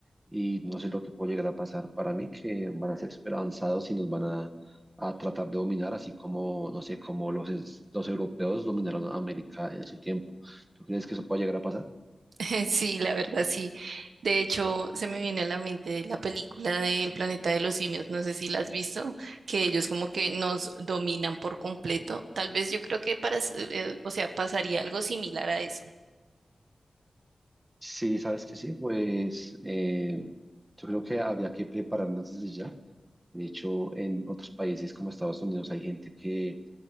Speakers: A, on the right (about 15°); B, on the right (about 85°).
A: y no sé lo que puede llegar a pasar. Para mí que van a ser súper avanzados y nos van a, a tratar de dominar, así como, no sé, como los, es- los europeos dominaron a América en su tiempo. ¿Tú crees que eso puede llegar a pasar?
B: <laughs> Sí, la verdad, sí. De hecho, se me viene a la mente la película del planeta de los simios, no sé si la has visto, que ellos como que nos dominan por completo. Tal vez yo creo que para, s- eh, o sea, pasaría algo similar a eso.
A: Sí, sabes que sí, pues eh, yo creo que habría que prepararnos desde ya. De hecho, en otros países como Estados Unidos hay gente que